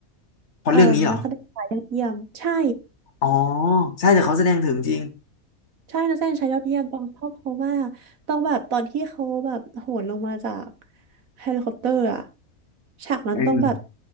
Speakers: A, on the left; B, on the right.
A: เพราะเรื่องนี้เหรอ
B: เอ่อนักแสดงชายยอดเยี่ยมใช่
A: อ๋อใช่แต่เขาแสดงถึงจริง
B: ใช่นักแสดงชายยอดเยี่ยมต้องชอบเขามากต้องแบบตอนที่เขาแบบโหนลงมาจากเฮลิคอปเตอร์อะฉากนั้นต้องแบบ
A: อืม